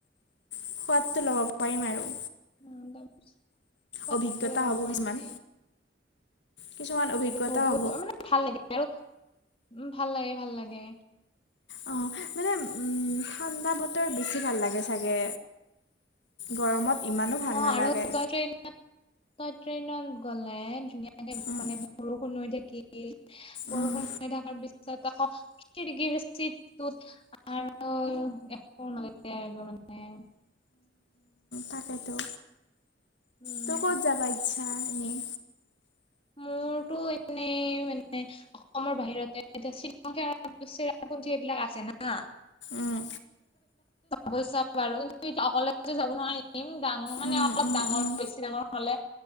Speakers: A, on the left; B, on the left.
A: সোৱাদটো ল'ব পাৰিম আৰু,
B: অ', তাৰপিছত সোৱাদ
A: অভিজ্ঞতা
B: টো অলপ
A: হ'ব
B: লব
A: কিছুমান
B: পাৰবি।
A: কিছুমান অভিজ্ঞতা
B: বহুত
A: হ'ব
B: অ 'মানে ভাল লাগে আৰু। উম, ভাল লাগে, ভাল লাগে।
A: অ, মানে উম, ঠাণ্ডা বতৰ বেছি ভাল লাগে চাগে গৰমত। ইমানো ভাল
B: অ'
A: নালাগে
B: আৰু তই ট্ৰেইনত তই, ট্ৰেইনত গলে ধুনীয়া, মানে
A: উম,
B: -মানে বৰষুণ হৈ থাকে। বৰষুণ
A: উম,
B: হৈ থকাৰ পিছত আকৌ খিৰিকিৰ চিটটোত আৰু একো নালাগে মানে।
A: তাকে তৌ।
B: উম,
A: তোৰ ক'ত যাবা ইচ্ছা। এনেই
B: মোৰতো এনেই মানে অসমৰ বাহিৰতে এতিয়া শ্ৰীলংকাৰ ৰামপুঞ্জী এইবিলাক আছে না।
A: উম,
B: গৈ চাম বাৰু কিন্ত এতিয়া অকলেতো যাব নোৱাৰিম। ডাঙৰ মানে
A: উম,
B: অলপ
A: উম,
B: ডাঙৰ,
A: উম,
B: বেছি ডাঙৰ হ'লে